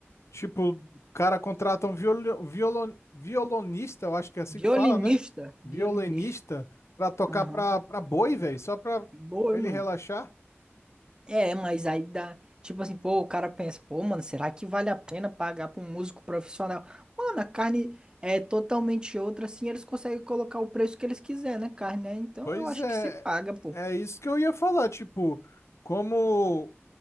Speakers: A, on the left; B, on the right.
A: Tipo, o cara contrata um violo, violo- violonista, eu acho que é assim
B: Violinista,
A: que fala, né? Violinista,
B: violinista.
A: pra tocar
B: Aham.
A: pra, pra boi, velho, só pra
B: Boi,
A: ele
B: mano.
A: relaxar.
B: É, mas aí dá. Tipo assim, pô, o cara pensa, pô, mano, será que vale a pena pagar pra um músico profissional? Mano, a carne é totalmente outra, assim, eles conseguem colocar o preço que eles quiser, né? Carne, né? Então
A: Pois
B: eu acho
A: é,
B: que se paga, pô.
A: é isso que eu ia falar, tipo, como